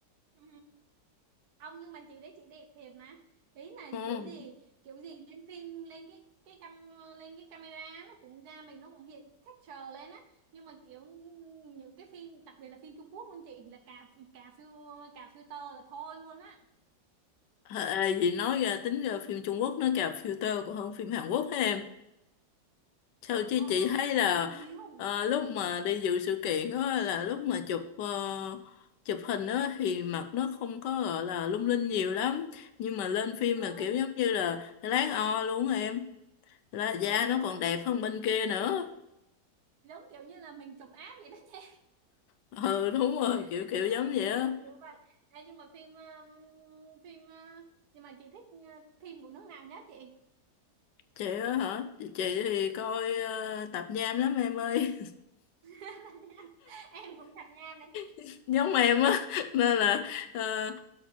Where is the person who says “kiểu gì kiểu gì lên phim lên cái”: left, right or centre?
Right